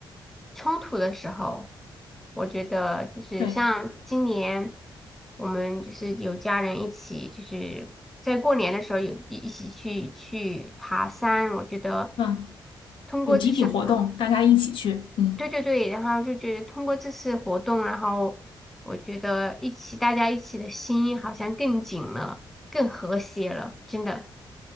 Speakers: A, in the centre; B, on the left (about 75°).
A: 冲突的时候，我觉得就是像今年
B: 对，
A: 我们就是有家人一起，就是在过年的时候有一一起去去爬山，我觉得
B: 嗯，
A: 通过这次爬
B: 有集体活动，大家一起去，嗯，
A: 对对对，然后就觉得通过这次活动，然后我觉得一起大家一起的心好像更紧了，更和谐了，真的。